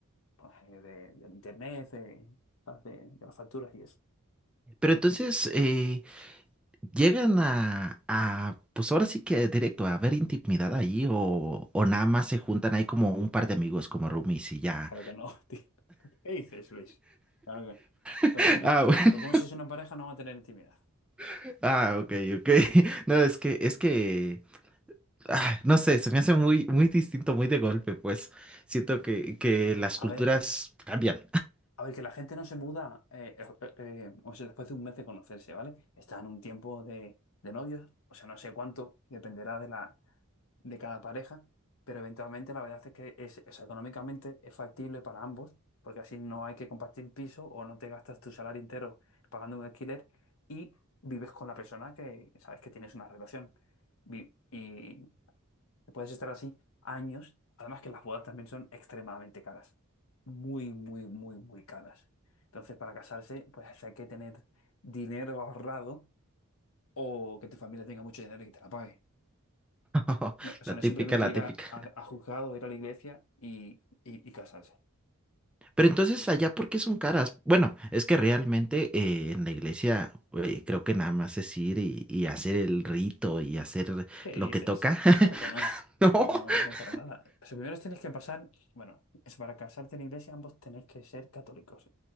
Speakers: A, on the left; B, in the centre.
A: pues, eh, de- del internet, de, de de las facturas y eso.
B: Pero entonces, eh, ¿Llegan a, a, pues ahora sí que directo, a ver intimidad ahí o, o nada más se juntan ahí como un par de amigos como roomies y ya?
A: Claro que no, <laughs> tío. ¿Qué dices, Luis? Claro que no.
B: <laughs>
A: Pero ¿cómo,
B: Ah, bueno.
A: pero cómo si es una pareja no va a tener intimidad?
B: <laughs> Ah, ok, ok. <laughs> No, es que, es que, ah, no sé, se me hace muy, muy distinto, muy de golpe, pues siento que, que las
A: A
B: culturas
A: ver,
B: cambian.
A: a ver, que la gente no se muda, eh, eh, eh, o sea, después de un mes de conocerse, ¿vale? Está en un tiempo de, de novios, o sea, no sé cuánto, dependerá de la, de cada pareja, pero eventualmente la verdad es que es, es económicamente es factible para ambos, porque así no hay que compartir piso o no te gastas tu salario entero pagando un alquiler y vives con la persona que sabes que tienes una relación. Vi- Y, Puedes estar así años. Además que las bodas también son extremadamente caras. Muy, muy, muy, muy caras. Entonces, para casarse, pues hay que tener dinero ahorrado o que tu familia tenga mucho dinero y que te la pague.
B: <laughs>
A: No, o sea,
B: La
A: no
B: típica,
A: es simplemente
B: la
A: ir
B: típica.
A: a, a- a juzgado, ir a la iglesia y, y- y casarse.
B: Pero entonces allá, ¿por qué son caras? Bueno, es que realmente eh, en la iglesia eh, creo que nada más es ir y, y hacer el rito y hacer
A: ¿Qué dices?
B: lo que toca.
A: Claro que no.
B: <laughs>
A: No, no, para nada. O sea, primero tenéis que pasar, bueno, es para casarte en iglesia, ambos tenéis que ser católicos,